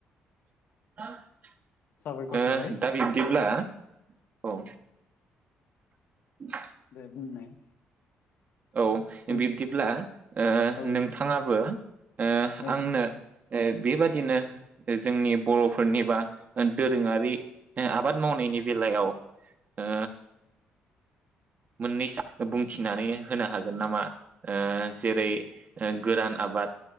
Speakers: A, on the right; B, on the left.
A: <inaudible>
B: साबायखर
A: ओ
B: थाबाय
A: दा बिब्दिब्ला औ। <inaudible>
B: दे बुंनाय।
A: औ
B: नोंथां।
A: बिब्दिब्ला ओ
B: औ
A: नोंथाङाबो ओ
B: औ
A: आंनो ओ बेबादिनो जोंनि बर'फोरनि बा ओ दोरोङारि आबाद मावनायनि बेलायाव ओ मोन्नैसो बुंथिनानै होनो हागोन नामा? ओ जेरै ओ गोरान आबाद